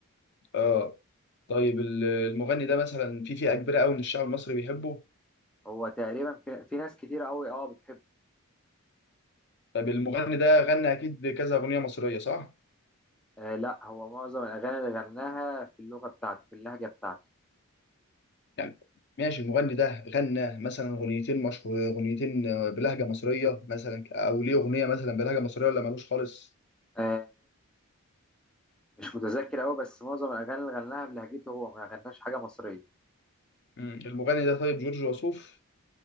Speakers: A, on the left; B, in the centre.
A: اه طيب ال- المغني ده مثلا في فئة كبيرة قوي من الشعب المصري بيحبه
B: هو تقريبا في, في ناس كتير قوي اه بتحبه
A: طيب المغني ده غنى اكيد كذا أغنية مصرية صح
B: آه لا هو معظم الأغاني اللي غناها في اللغة بتاعته في اللهجة بتاعته
A: يعني ماشي المغني ده غنى مثلا أغنيتين مشهور أغنيتين بلهجة مصرية مثلا او ليه أغنية مثلا بلهجة مصرية ولا مالوش خالص
B: آه مش متذكر قوي بس معظم الاغاني اللي غناها بلهجته هو ما غناش حاجه مصريه
A: مم. المغني ده طيب جورج وسوف